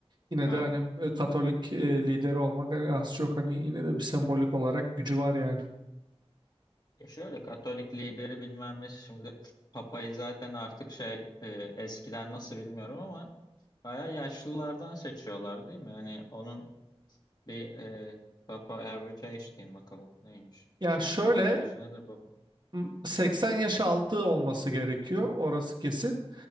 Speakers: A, on the right; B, on the left.
A: yine
B: evet.
A: de hani e, Katolik e, lideri olmak hani az çok hani yine de bir sembolik olarak gücü var yani.
B: Ya şöyle Katolik lideri bilmem ne şimdi Papa'yı zaten artık şey e, eskiden nasıl bilmiyorum ama bayağı yaşlılardan seçiyorlar değil mi? Hani onun bir e, Papa average age diyeyim bakalım neymiş?
A: Ya
B: Ortalama
A: şöyle
B: yaşı nedir Papa?
A: m- 80 yaş altı olması gerekiyor orası kesin.